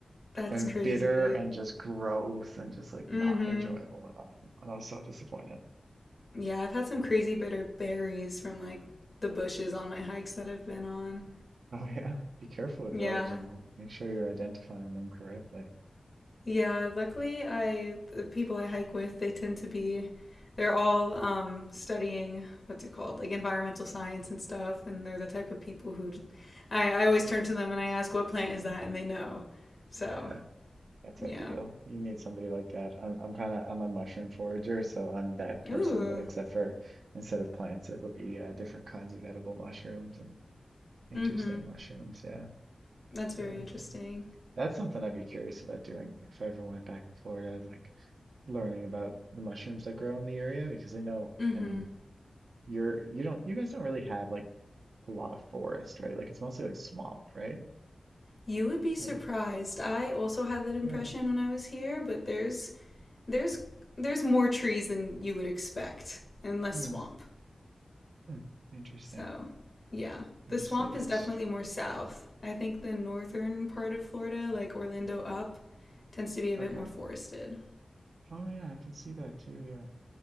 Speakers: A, on the left; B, on the right.
A: That's
B: and
A: crazy.
B: bitter and just gross and just like
A: Mm-hmm.
B: not enjoyable at all. And I was so disappointed.
A: Yeah, I've had some crazy bitter berries from like the bushes on my hikes that I've been on.
B: Oh yeah. Be careful with
A: Yeah.
B: those, you know. Make sure you're identifying them correctly.
A: Yeah, luckily I the people I hike with, they tend to be they're all um studying what's it called? Like environmental science and stuff, and they're the type of people who I, I always turn to them and I ask what plant is that and they know. So
B: Yeah. That's
A: yeah.
B: ideal. You need somebody like that. I'm I'm kind of I'm a mushroom forager, so I'm that
A: Ooh.
B: person, but except for instead of plants, it would be uh, different kinds of edible mushrooms and interesting
A: hmm
B: mushrooms. Yeah,
A: That's very
B: yeah.
A: interesting.
B: That- That's something I'd be curious about doing if I ever went back to Florida, is, like learning about the mushrooms that grow in the area because I know,
A: hmm
B: I mean, you're you don't you guys don't really have like a lot of forest, right? Like it's mostly like swamp, right?
A: You would be surprised.
B: Or like
A: I also had that impression
B: really?
A: when I was here, but there's there's there's more trees than you would expect and less
B: Hmm.
A: swamp.
B: hmm. Interesting.
A: So, yeah. The
B: I'm just
A: swamp
B: like
A: is
B: I'm
A: definitely
B: str
A: more south. I think the northern part of Florida, like Orlando up, tends to be a
B: Okay.
A: bit more forested.
B: Oh yeah, I can see that too. Yeah.